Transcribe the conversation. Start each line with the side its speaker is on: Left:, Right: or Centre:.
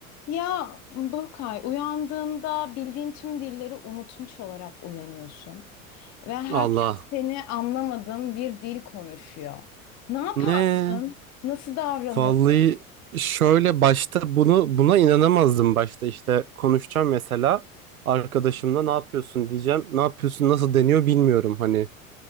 Left: Ya Burkay, uyandığında bildiğin tüm dilleri unutmuş olarak uyanıyorsun ve herkes
Right: Allah.
Left: seni anlamadığın bir dil konuşuyor. Ne yapardın?
Right: Ne?
Left: Nasıl davranırdın?
Right: Vallahi şöyle başta bunu buna inanamazdım başta işte konuşacağım mesela arkadaşımla ne yapıyorsun diyeceğim. Ne yapıyorsun nasıl deniyor bilmiyorum hani